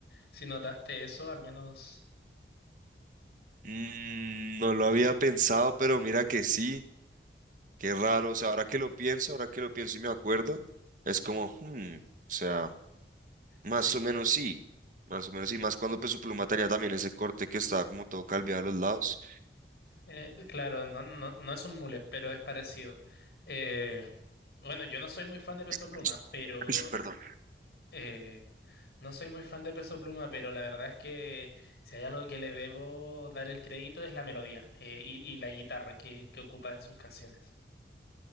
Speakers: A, on the left; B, on the right.
A: si notaste eso, al menos...
B: Mm, no lo había pensado, pero mira que sí, qué raro. O sea, ahora que lo pienso, ahora que lo pienso y me acuerdo, es como, hmm, o sea, más
A: Sí.
B: o menos sí, más o menos sí, más cuando Peso Pluma tenía también ese corte que estaba como todo calviado a los lados.
A: Eh, claro, no, no, no es un mullet, pero es parecido. Eh, bueno, yo no soy muy fan de Peso
B: <sniffs>
A: Pluma, pero
B: Uy, Perdón.
A: eh, no soy muy fan de Peso Pluma, pero la verdad es que si hay algo que le debo dar el crédito es la melodía eh, y, y la guitarra que, que ocupa en sus canciones.